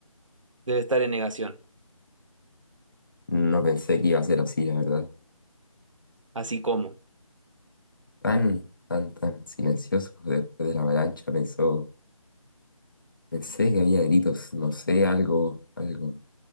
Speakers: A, on the right; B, on the left.
A: debe estar en negación,
B: No pensé que iba a ser así, la verdad.
A: así como
B: Tan, tan, tan silencioso después de la avalancha, pensó. Pensé que había gritos, no sé, algo, algo.